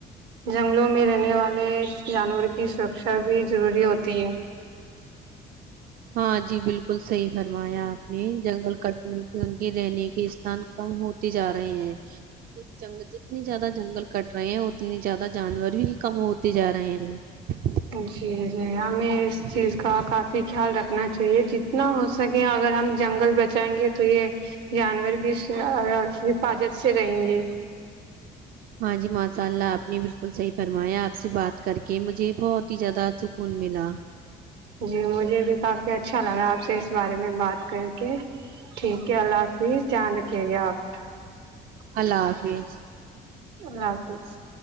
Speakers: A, on the right; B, on the right.
A: جنگلوں میں رہنے والے جانور کی سرکشا بھی ضروری ہوتی ہے
B: ہاں جی بالکل صحیح فرمایا آپ نے جنگل کٹنے سے ان کے رہنے کے استان کم ہوتے جا رہے ہیں جنگ جتنی زیادہ جنگل کٹ رہے ہیں اتنی زیادہ جانور بھی کم ہوتے جا رہے ہیں
A: جی جی ہمیں اس چیز کا کافی خیال رکھنا چاہیے جتنا ہو سکے اگر ہم جنگل بچائیں گے تو یہ جانور بھی حفاظت سے رہیں گے
B: ہاں جی ماشاء اللہ آپ نے بالکل صحیح فرمایا آپ سے بات کر کے مجھے بہت ہی زیادہ <unintelligible> ملا
A: جی مجھے بھی کافی اچھا لگ رہا ہے آپ سے اس بارے میں بات کر کے ٹھیک ہے اللہ حافظ جھیان رکھھیے گا آپ <unintelligible>
B: اللہ حافظ <unintelligible>
A: اللہ حافظ <unintelligible>